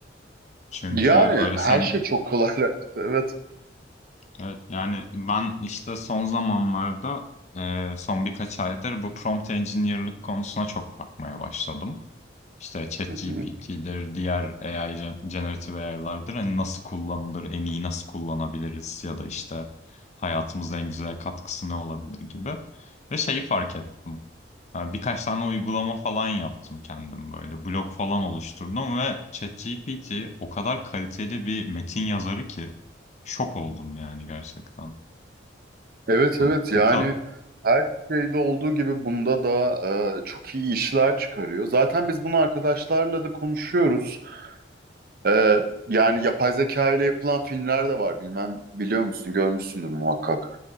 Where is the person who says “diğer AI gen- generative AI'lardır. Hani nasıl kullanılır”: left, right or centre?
Left